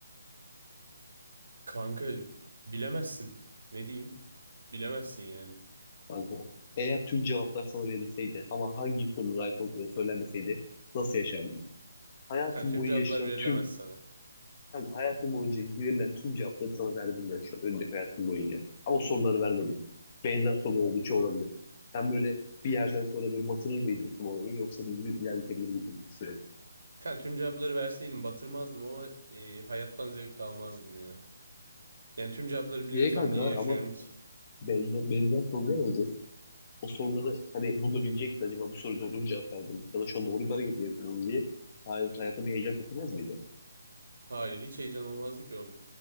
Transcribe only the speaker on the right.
Kanka bilemezsin. Ne diyeyim? Bilemezsin yani.
Kanka
tüm cevaplar
verilemez
sana.
Kanka tüm cevapları verseydim batırmazdım ama e, hayattan zevk de almazdım ya. Yani tüm cevapları biliyorsam
niye yaşıyorum
ki?
Hayır hiç heyecan olmazdı ki oğlum.